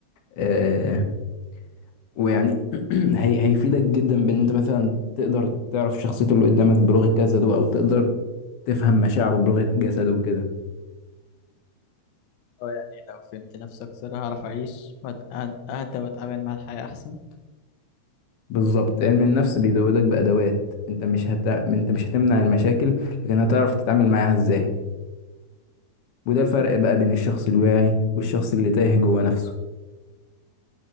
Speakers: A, on the left; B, on the left.
A: آه ويعني <clears throat> هي... هيفيدك جدا بان انت مثلا تقدر تعرف شخصيته اللي قدامك بلغة جسده او تقدر تفهم مشاعره بلغة جسده وكده
B: اه يعني لو فهمت نفسي اكثر هعرف اعيش وأهدى واتعامل مع الحياة احسن
A: بالظبط علم النفس بيزودك بأدوات انت مش هت... انت مش هتمنع المشاكل لكن هتعرف تتعامل معاها ازاي وده الفرق بقى بين الشخص الواعي والشخص اللي تايه جوه نفسه